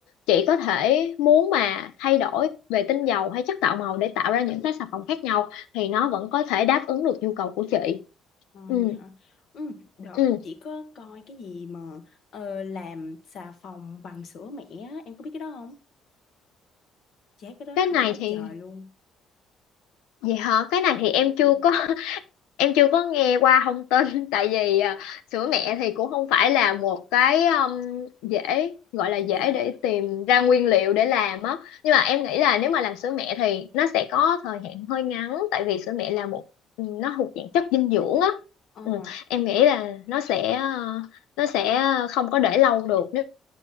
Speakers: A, on the left (about 90°); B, on the left (about 55°).
A: chị có thể muốn mà thay đổi về tinh dầu hay chất tạo màu để tạo ra những cái sản phẩm khác nhau thì nó vẫn có thể đáp ứng được nhu cầu của chị
B: Ờ vậy
A: ừ
B: hả? Ừ, đợt
A: ừ
B: chị có coi cái gì mà ờ, làm xà phòng bằng sữa mẹ á, em có biết cái đó không? Chị thấy cái đó
A: cái
B: hay
A: này
B: quá
A: thì
B: trời luôn.
A: gì hả cái này thì em
B: ừm.
A: chưa có <laughs> em chưa có nghe qua thông tin <laughs> tại vì à, sữa mẹ thì cũng không phải là một cái um, dễ gọi là dễ
B: Dạ.
A: để tìm ra nguyên liệu để làm á nhưng mà em nghĩ là nếu mà làm sữa mẹ thì nó sẽ có thời hạn hơi ngắn tại vì sữa mẹ là một nó thuộc dạng chất dinh dưỡng á
B: Ờ.
A: ừ, em nghĩ là nó sẽ ờ, nó sẽ không có để lâu được nếu